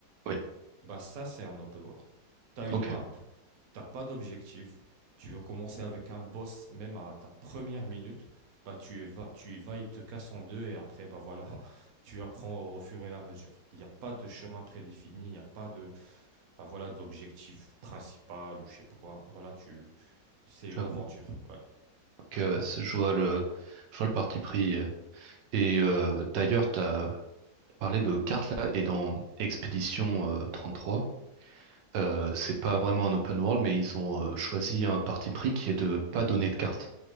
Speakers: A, on the right; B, on the right.
A: oui,
B: Bah ça, c'est un open world. T'as une
A: ok,
B: map, t'as pas d'objectif, tu veux commencer avec un boss même à ta première minute, bah tu y vas, tu y vas, il te casse en deux et après, bah voilà, <laughs> tu apprends au fur et à mesure. Il n'y a pas de chemin prédéfini, il n'y a pas de, bah voilà, d'objectif principal ou je sais pas quoi. Voilà, tu, c'est une
A: j'avoue.
B: aventure. Ouais.
A: Donc, euh, c'est- je vois le, je vois le parti pris. euh, Et euh, d'ailleurs, tu as parlé de cartes là, et dans Expédition euh, trois euh, c'est pas vraiment un open world, mais ils ont euh, choisi un parti pris qui est de pas donner de cartes.